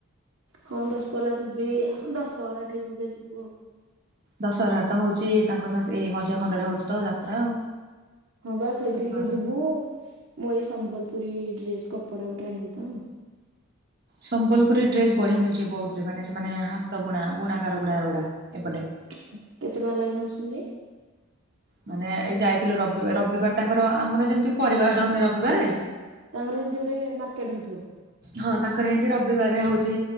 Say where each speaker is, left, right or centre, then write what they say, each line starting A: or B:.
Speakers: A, on the right; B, on the right.
A: ହଁ ଦଶପଲ୍ଲା ଯିବି ଆମେ ଦଶହରା ଠିକ ବୋଧେ ଯିବୁ ଆଉ।
B: ଦଶହରା ତ ହଉଛି ତାଙ୍କ ଏଇ ମଧ୍ୟ ଖଣ୍ଡରେ ହଉଛି ତ ଯାତ୍ରା ଆଉ।
A: ହଁ ବା ସେଇଠିକି
B: ଦଶହରା।
A: ଯିବୁ। ମୁଁ ଏଇ ସମ୍ବଲପୁରୀ ଡ୍ରେସ କପଡା ଗୋଟେ ଆଣିବି ତ।
B: ସମ୍ବଲପୁରୀ ଡ୍ରେସ ବଢିଆ ମିଳୁଛି ବୌଦରେ ମାନେ ସେମାନେ ହାତ ବୁଣା ବୁଣାକାର ଗୁଡା ଏଗୁଡା ଏପଟେ।
A: କେତେ ଟଙ୍କା ଲାଗି ନେଉଛନ୍ତି?
B: ମାନେ ଏଇ ଯାଇଥିଲୁ ରବିବାର ରବିବାର ତାଙ୍କର ଆମର ଯେମିତି ପରିବିବାଟା ହଉନି ରବିବାର।
A: ତାଙ୍କର ହେନ୍ତୀ ଗୋଟେ ମାର୍କେଟ ହଉଥିବ।
B: ହଁ ତାଙ୍କର ହେନ୍ତି ରବିବାର ହଉଛି